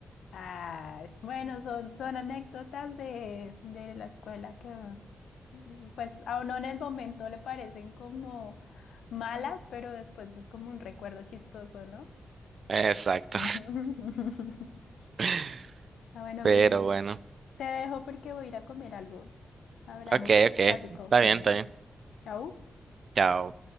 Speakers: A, on the left; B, on the right.
A: Ah, es- bueno, son, son anécdotas de, de la escuela que, mm, pues, a uno en el momento le parecen como malas, pero después es como un recuerdo chistoso, ¿no?
B: Exacto.
A: <laughs>
B: <laughs>
A: Ah, bueno,
B: Pero
A: amigo,
B: bueno.
A: te dejo porque voy a ir a comer algo. Hablamos
B: Ok,
A: un
B: ok.
A: ratico.
B: Está
A: Bueno,
B: bien, está bien.
A: chau.
B: Chao.